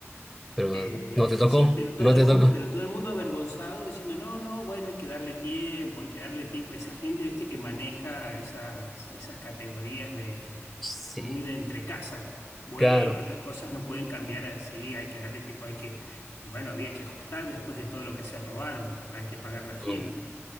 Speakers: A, in the centre; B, on the left (about 75°).
A: pero
B: Eh,
A: no te tocó,
B: sí, pero todo
A: no
B: el
A: te
B: mundo,
A: tocó.
B: pero todo el mundo avergonzado diciendo, no, no, bueno, hay que darle tiempo, hay que darle tiempo. Esa gente, viste, que maneja esas, esas categorías
A: Sí,
B: muy de entre casa. Bueno,
A: claro.
B: las cosas no pueden cambiar así, hay que darle tiempo, hay que, bueno, había que ajustar después de todo lo que se robaron, hay que pagar la fiesta.
A: Um,